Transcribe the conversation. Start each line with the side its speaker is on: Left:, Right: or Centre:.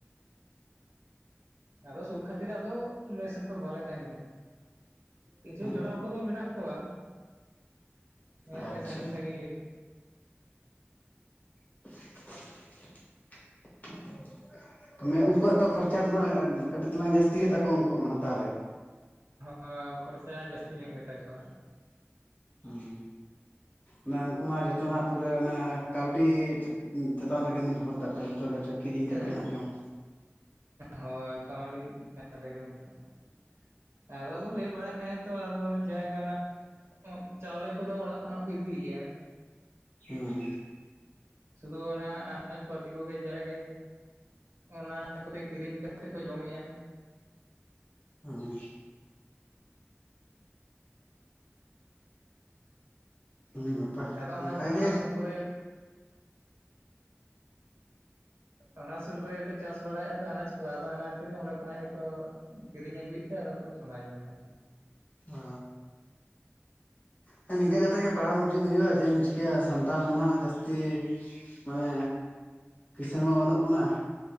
Right: ᱟᱫᱚ ᱥᱩᱨ ᱠᱷᱟᱹᱛᱤᱨ ᱟᱫᱚ ᱢᱮᱥ ᱨᱮᱫᱚ ᱵᱟᱞᱮ ᱛᱟᱦᱮᱱ ᱠᱟᱱᱟ ᱠᱤᱪᱷᱩ
Left: ᱦᱮᱸ
Right: ᱡᱚᱴᱟᱣ ᱠᱚᱫᱚ ᱢᱮᱱᱟᱜ ᱠᱚᱣᱟ ᱦᱮᱸ
Left: ᱟᱪᱪᱷᱟ
Right: ᱥᱟᱸᱜᱤᱧ ᱥᱟᱸᱜᱤᱧ ᱨᱤᱱ
Left: <unintelligible> <unintelligible> ᱩᱱᱠᱩᱣᱟᱜ ᱫᱚ ᱠᱷᱚᱨᱪᱟ ᱫᱚ ᱦᱟᱜ ᱠᱟᱹᱴᱤᱡ ᱛᱟᱞᱟᱝ ᱡᱟᱹᱥᱛᱤ ᱜᱮ ᱛᱟᱠᱚᱣᱟ ᱩᱱᱠᱩᱣᱟᱜ ᱢᱟ ᱦᱟᱜ ᱛᱟᱦᱚᱞᱮ
Right: ᱦᱚᱸ ᱠᱷᱚᱨᱪᱟ ᱡᱟᱹᱥᱛᱤ ᱧᱚᱜ ᱜᱮ ᱛᱟᱠᱚᱣᱟ
Left: ᱦᱩᱸ ᱚᱱᱟ ᱩᱱᱠᱩ ᱢᱟ ᱡᱚᱛᱚ ᱱᱟᱜ ᱯᱩᱨᱟᱹ ᱚᱱᱟ ᱠᱟᱹᱣᱰᱤ ᱪᱮᱛᱟᱱ ᱨᱮᱜᱮ ᱱᱤᱨᱵᱷᱚᱨ ᱛᱟᱠᱚᱣᱟ ᱡᱷᱚᱛᱚ ᱠᱤᱪᱷᱩ ᱠᱤᱨᱤᱧ ᱠᱟᱛᱮᱜ
Right: ᱦᱮᱸ
Left: ᱱᱟᱜ ᱡᱚᱢ
Right: ᱦᱳᱭ ᱠᱟᱹᱣᱰᱤ ᱪᱮᱛᱟᱱ ᱨᱮᱜᱮ ᱩᱱᱠᱩ <unintelligible> ᱟᱫᱚ ᱠᱚ ᱞᱟᱹᱭ ᱵᱟᱲᱟᱭᱮᱫ ᱛᱟᱦᱮᱸᱜ ᱛᱚ ᱟᱫᱚ ᱡᱟᱭ ᱜᱮ ᱚᱱᱟ ᱪᱟᱣᱞᱮ ᱠᱚᱫᱚ ᱚᱲᱟᱜ ᱠᱷᱚᱱᱟᱜ ᱠᱚ ᱤᱫᱤ ᱜᱮᱭᱟ
Left: ᱦᱮᱸ
Right: ᱥᱩᱫᱷᱩ ᱚᱱᱟ ᱟᱱᱟᱡᱽ ᱯᱟᱹᱛᱤ ᱠᱚ ᱜᱮ ᱡᱟᱜᱮ ᱚᱱᱟ ᱠᱚᱛᱮ ᱠᱤᱨᱤᱧ ᱠᱟᱛᱮᱜ ᱠᱚ ᱡᱚᱢ ᱮᱫ-ᱟ
Left: ᱦᱩᱸ ᱟᱰᱤ ᱱᱟᱯᱟᱭ
Right: ᱟᱫᱚ ᱚᱱᱟ
Left: ᱚᱱᱠᱟ
Right: ᱚᱱᱟ
Left: ᱜᱮ
Right: ᱥᱩᱨ ᱠᱚᱨᱮ ᱚᱱᱟ ᱥᱩᱨ ᱠᱚᱨᱮ ᱜᱮᱠᱚ ᱪᱟᱥ ᱵᱟᱲᱟᱭᱮᱫ-ᱟ ᱛᱚ ᱟᱱᱟᱡᱽ ᱠᱚ ᱟᱫᱚ ᱚᱱᱟ ᱠᱷᱟᱹᱛᱤᱨ ᱚᱸᱰᱮ ᱠᱷᱚᱱᱟᱜ ᱜᱮᱠᱚ ᱠᱤᱨᱤᱧ ᱟᱹᱜᱩᱭᱮᱫ ᱛᱮ ᱟᱫᱚ ᱠᱚ ᱪᱚᱸᱫᱟ ᱡᱚᱝ ᱠᱟᱱᱟ
Left: ᱚ ᱦᱮᱸ ᱱᱤᱝᱠᱟ ᱠᱟᱛᱮᱜ ᱜᱮ ᱯᱟᱲᱦᱟᱣ ᱢᱩᱪᱟᱹᱫ ᱦᱩᱭᱩᱜᱼᱟ ᱪᱮᱫ ᱮᱢ ᱪᱤᱠᱟᱹᱭᱟ ᱥᱟᱱᱛᱟᱲ ᱢᱟ ᱱᱟᱦᱟᱜ ᱡᱟᱹᱥᱛᱤ ᱢᱟᱱᱮ ᱠᱤᱥᱟᱹᱬ ᱢᱟ ᱵᱟᱹᱱᱩᱜ ᱵᱚᱱᱟ